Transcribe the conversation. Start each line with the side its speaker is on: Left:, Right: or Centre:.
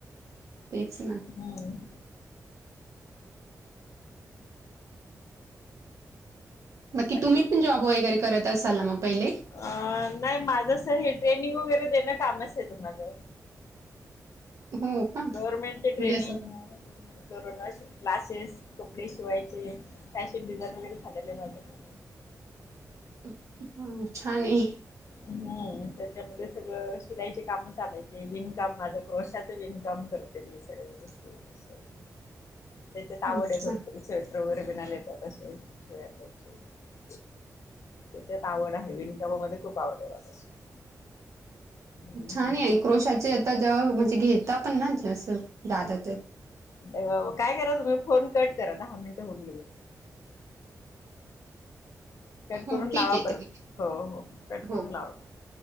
Right: तेच ना.
Left: हम्म.
Right: मग की
Left: बाकी
Right: तुम्ही पण जॉब वगैरे करत असाल ना मग पहिले?
Left: आं नाही माझस हे ट्रेनिंग वगैरे देणं कामच आहे ते माझं.
Right: हो का
Left: गव्हर्मेंटचे ट्रेनिंग.
Right: म्हणजे असं
Left: <unintelligible> करून अशी क्लासेस कपडे शिवायचे, फॅशन डिझाईनिंग वगैरे झालेलं आहे माझं.
Right: <unintelligible> छान आहे.
Left: हम्म त्याच्यामध्ये सगळं शिलाईची कामं चालायचे, विणकाम माझं क्रोशाचं विणकाम कर ते मी सगळं
Right: <unintelligible>
Left: <inaudible> त्याच्यात आवडे
Right: अच्छा
Left: आहे भरपूर, स्वेटर वगैरे बिनाले जातात अशे. <unintelligible> त्याच्यात आवड आहे, विणकामामध्ये खूप आवड आहे. <unintelligible> हम्म
Right: छान आहे क्रोशाचे आता जेव्हा म्हणजे घेता पण ना छा असं ज्यादातर.
Left: नाही बाबा काय करायचा बई फोन कट करा, दहा मिनिटं होऊन गेलोत. कट
Right: हो
Left: करून लावा
Right: ठीक आहे
Left: परत
Right: ठीक आहे
Left: हो हो कट करून
Right: हो.
Left: लावा परत.